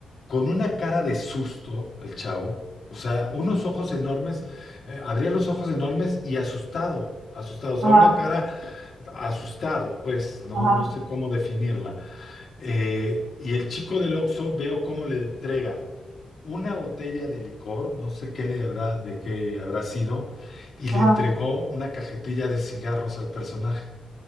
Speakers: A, on the left; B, on the right.
A: con una cara de susto el chavo, o sea, unos ojos enormes, eh, abría los ojos enormes y asustado, asustado, o sea,
B: Ajá,
A: una cara asustado, pues, no,
B: ajá,
A: no sé cómo definirla. Eh, y el chico del Oxxo veo cómo le entrega una botella de licor, no sé qué le habrá, de qué habrá sido, y le
B: ajá.
A: entregó una cajetilla de cigarros al personaje.